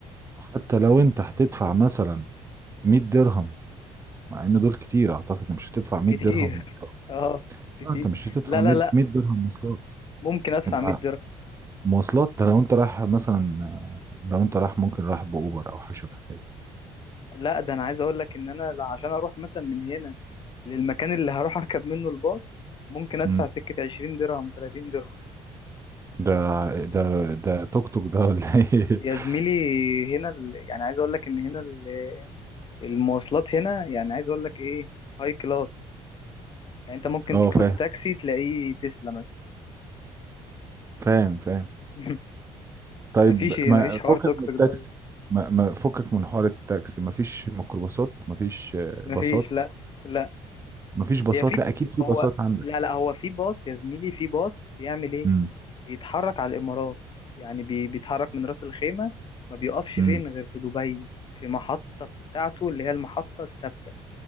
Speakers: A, on the right; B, on the left.
A: وحتى لو انت هتدفع مثلا 100 درهم مع ان دول كتير اعتقد إن مش هتدفع 100
B: كتير
A: درهم
B: <laughs>
A: آه،
B: اه كتير
A: انت مش هتدفع
B: لا
A: 100
B: لا لا
A: 100 درهم مواصلات
B: ممكن ادفع
A: انت
B: 100 درهم
A: مواصلات ده لو انت رايح مثلا آه، لو انت رايح ممكن رايح باوبر او حاجه شبه كده
B: لا ده انا عايز اقول لك ان انا لا- عشان اروح مثلا من هنا للمكان اللي هروح اركب منه الباص ممكن ادفع
A: امم
B: سكه 20 درهم 30 درهم
A: ده ده ده توك توك ده ولا ايه
B: يا
A: <laughs>
B: زميلي هنا ال... يعني عايز اقول لك ان هنا ال... المواصلات هنا يعني عايز اقول لك ايه هاي كلاس يعني انت ممكن
A: اه
B: تطلب
A: فاهم
B: تاكسي تلاقيه تسلا
A: فاهم فاهم
B: <laughs>
A: طيب
B: مفيش إيه،
A: ما
B: مفيش حوار
A: فكك
B: توك
A: من التاكسي
B: توك ده
A: ما ما فكك من حوار التاكسي ما فيش ميكروباصات ما فيش آه،
B: مفيش
A: باصات
B: لا لا
A: ما فيش باصات
B: هي في
A: لا اكيد في
B: هو
A: باصات عندك
B: لا لا هو في باص يا زميلي في باص بيعمل ايه
A: امم
B: بيتحرك على الامارات يعني بي بيتحرك من راس الخيمه ما بيقفش
A: امم
B: فين غير في دبي في محطه بتاعته اللي هي المحطه الثابته